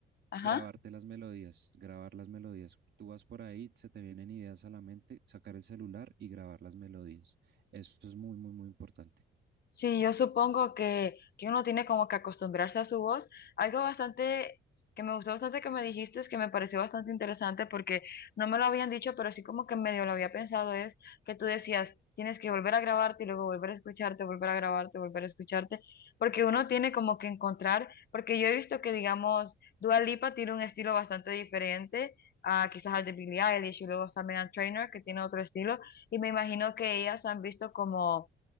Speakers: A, on the left; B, on the right.
A: Ajá.
B: grabarte las melodías, grabar las melodías. Tú vas por ahí, se te vienen ideas a la mente, sacar el celular y grabar las melodías. Eso es muy, muy, muy importante.
A: Sí, yo supongo que, que uno tiene como que acostumbrarse a su voz. Algo bastante que me gustó bastante que me dijiste, es que me pareció bastante interesante porque no me lo habían dicho, pero sí como que medio lo había pensado, es que tú decías, tienes que volver a grabarte y luego volver a escucharte, volver a grabarte, volver a escucharte, porque uno tiene como que encontrar, porque yo he visto que, digamos, Dua Lipa tiene un estilo bastante diferente. a quizás al de Billie Eilish y luego está Megan Trainor que tiene otro estilo y me imagino que ellas han visto como